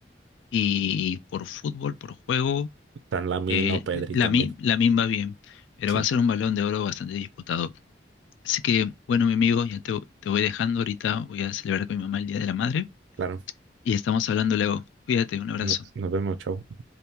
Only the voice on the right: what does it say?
Tan Lamine
o Pedri
también.
Sí,
claro.
Nos, nos vemos, chao.